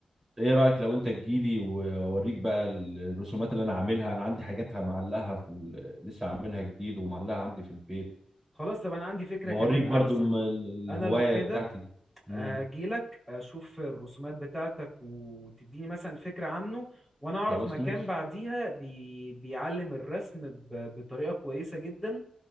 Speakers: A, on the right; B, in the centre.
A: ايه رأيك لو انت تجيلي واوريك بقى الرسومات اللي انا عاملها انا عندي حاجاتها معلقها في ال... لسه عاملها جديد ومعلقها عندي في البيت
B: خلاص طب انا عندي فكرة
A: واوريك
B: كمان
A: برضو
B: احسن
A: الم... الهواية
B: انا لو كده
A: بتاعتي امم
B: هجيلك اشوف الرسومات بتاعتك وتديني مثلا فكرة عنه وانا اعرف
A: خلاص
B: مكان
A: ماشي
B: بعديها بي... بيعلم الرسم ب... بطريقة كويسة جدا